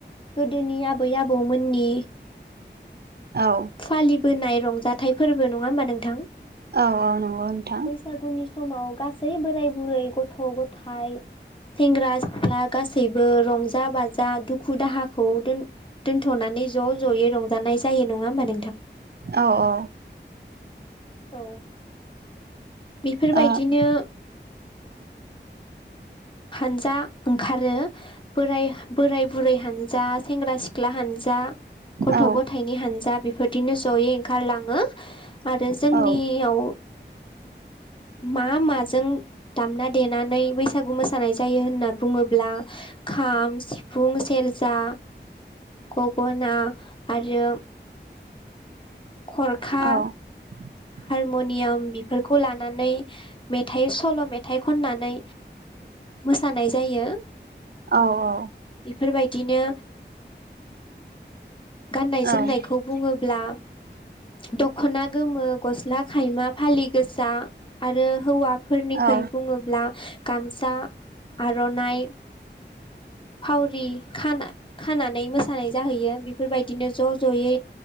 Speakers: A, on the left; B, on the right.
A: गोदोनि बै आबौमोननि
B: औ
A: फालिबोनाय रंजाथाइ फोरबो नङा होमबा नोंथां
B: औ औ नंगौ नोंथां
A: बैसागुनि समाव गासै बोराय बुरै गथ' गथाय सेंग्रा सिख्ला गासैबो रंजा बाजा दुखु दाहाखौ दोन थ'नानै ज' ज'यै रंजानाय जायो नङा होमबा नों
B: औ औ
A: औ बेफोरबायदिनो
B: औ ओ
A: हानजा ओंखारो बोराय बोराय बुरै हानजा सेंग्रा सिख्ला हानजा गथ'
B: औ
A: गथायाइनि हानजा बेफोरदिनो जयै ओंखारलाङो आरो जोंनियाव
B: औ
A: मा माजों दामना देनानै बै मोसानाय जायो होनना बुङोब्ला खाम, सिफुं, सेरजा गगना आरो खरखा
B: औ <inaudible>
A: हारमुनियाम बेफोरखौ लानानै मेथाइ सल' मेथाइ खननानै मोसानाय जायो
B: औ औ
A: बेफोरबायदिनो गाननाय
B: औ
A: जोमनायखौ
B: औ
A: बुङोब्ला
B: <inaudible>
A: दख'ना गोमो, गस्ला खायमा, फालि गोसा आरो हौवा फोरनिख्रुइ
B: औ
A: बुङोब्ला गामसा आर'नाइ फावरि खाना खानानै मोसानाय जाहैयो बेफोरबायदिनो ज' ज'यै